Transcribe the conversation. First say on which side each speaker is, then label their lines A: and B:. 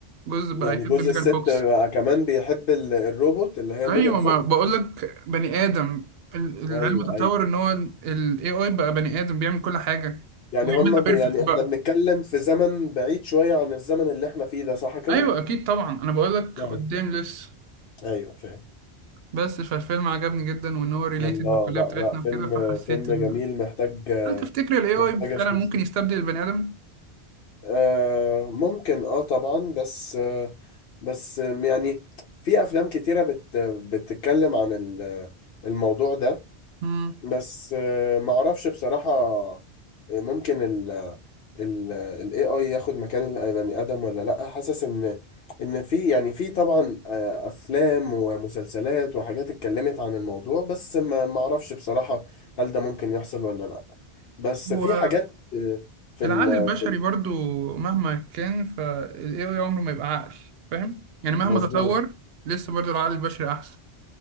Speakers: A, on the right (about 70°); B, on the left (about 65°).
A: جوز بقى
B: يعني
A: يحب
B: جزء
A: ميجان
B: الست
A: فوكس
B: بقى كمان بيحب ال- الروبوت اللي هي
A: أيوة
B: ميجان فوكس
A: ما بقولك بني آدم ال- العلم
B: ايوه
A: تطور
B: ايوه
A: إن هو ال AI بقى بني آدم بيعمل كل حاجة
B: يعني
A: وبيعملها
B: هما بي
A: بيرفكت
B: يعني
A: بقى
B: احنا بنتكلم في زمن بعيد شوية عن الزمن اللي احنا فيه ده صح كده؟
A: أيوة أكيد طبعا أنا بقولك
B: ايوه
A: قدام لسه
B: ايوه فاهم
A: بس فالفيلم عجبني جدا وإن هو ريليتد
B: الله
A: بالكلية
B: لا
A: بتاعتنا
B: لا فيلم
A: وكده فحسيت
B: فيلم
A: إن
B: جميل محتاج
A: هل تفتكر ال AI
B: محتاج
A: فعلا
B: اشوفه
A: ممكن يستبدل البني آدم؟
B: آه ممكن اه طبعا بس آه بس يعني في افلام كتيرة بت بتتكلم عن ال- الموضوع ده
A: مم.
B: بس آه، ما اعرفش بصراحة آه، ممكن ال ال ال AI ياخد مكان البني آدم ولا لأ حاسس ان ان في يعني في طبعا آه، افلام ومسلسلات وحاجات اتكلمت عن الموضوع بس ما ما اعرفش بصراحة هل ده ممكن يحصل ولا لأ بس
A: هو
B: في حاجات آه، في
A: العقل
B: ال-
A: البشري
B: في
A: برضو مهما كان فال AI عمره ما يبقى عقل فاهم يعني مهما
B: المظبوط
A: تطور لسه برضو العقل البشري أحسن